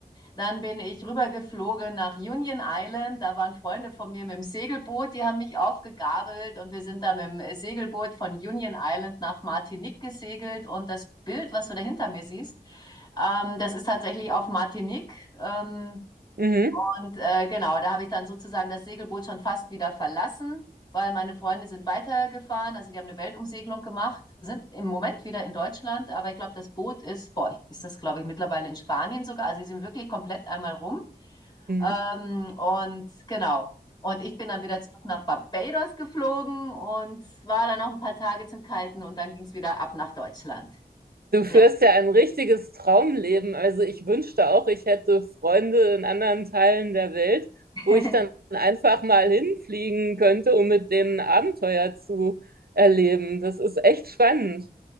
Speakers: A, on the left; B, on the right.
A: Dann bin ich rübergeflogen nach Union Island. Da waren Freunde von mir mit dem Segelboot, die haben mich aufgegabelt und wir sind da mit dem Segelboot von Union Island nach Martinique gesegelt. Und das Bild, was du da hinter mir siehst, ähm, das ist tatsächlich auf Martinique. Ähm,
B: Mhm.
A: und äh, genau, da habe ich dann sozusagen das Segelboot schon fast wieder verlassen, weil meine Freunde sind weitergefahren. Also die haben eine Weltumsegelung gemacht, sind im Moment wieder in Deutschland, aber ich glaube, das Boot ist, boah, ist das, glaube ich, mittlerweile in Spanien sogar. Also sie sind wirklich komplett einmal rum.
B: Mhm.
A: Ähm, und genau. Und ich bin dann wieder zurück nach Barbados geflogen und war dann noch ein paar Tage zum Kalten und dann ging es wieder ab nach Deutschland.
B: Du führst
A: Ja.
B: ja ein richtiges Traumleben. Also ich wünschte auch, ich hätte Freunde in anderen Teilen der Welt,
A: <laughs>
B: wo ich dann einfach mal hinfliegen könnte, um mit denen Abenteuer zu erleben. Das ist echt spannend.